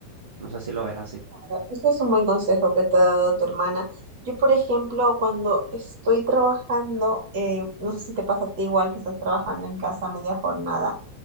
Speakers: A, on the right; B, on the right.
A: No sé si lo ves así.
B: Claro, Ese es un buen consejo que te ha dado tu hermana. Yo, por ejemplo, cuando estoy trabajando, eh, no sé si te pasa a ti igual que estás trabajando en casa a media jornada.